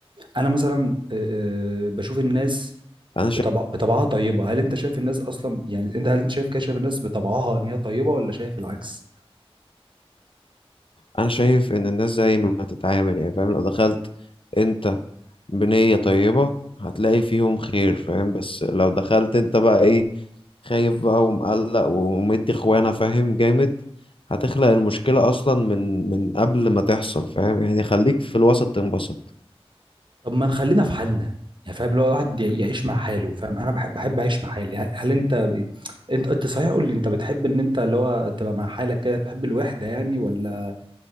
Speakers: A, on the right; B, on the left.
A: أنا مثلا آه، آه، بشوف الناس
B: انا شايف
A: بطبع بطبعها طيبة هل أنت شايف الناس أصلا يعني أنت هل أنت شايف كده شايف الناس بطبعها إن هي طيبة ولا شايف العكس؟
B: انا شايف ان الناس زي ما تتعامل يعني فاهم لو دخلت انت بنيه طيبه هتلاقي فيهم خير فاهم بس لو دخلت انت بقى ايه خايف بقى ومقلق ومدي اخوانا فاهم جامد هتخلق المشكلة أصلا من من قبل ما تحصل فاهم يعني خليك في الوسط تنبسط
A: طب ما نخلينا في حالنا يعني فاهم لو الواحد يع- يعيش مع حاله فاهم انا بحب بحب اعيش مع حالي هل, هل انت انت انت صحيح قول لي انت بتحب ان انت اللي هو تبقى مع حالك كده تحب الوحده يعني ولا